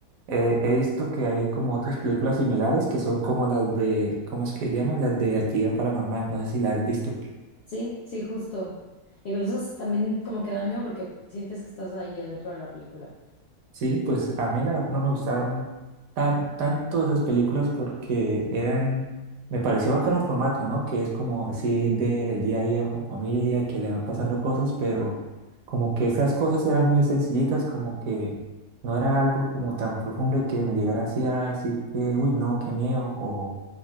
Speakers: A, on the right; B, on the left.
A: Eh, he visto que hay como otras películas similares que son como las de, ¿cómo es que llama? Las de actividad paranormal. No sé si las has visto.
B: Sí, sí, justo. Y pero eso también como que da miedo porque sientes que estás ahí adentro de la película.
A: Sí, pues a mí la verdad no me gustaron tan, tanto esas películas porque eran, me pareció bacano el formato, ¿no? Que es como así del día a día, de una familia que le van pasando cosas, pero como que esas cosas eran muy sencillitas, como que no era algo como tan profundo y que me llegara así a decir que, uy, no, qué miedo, o,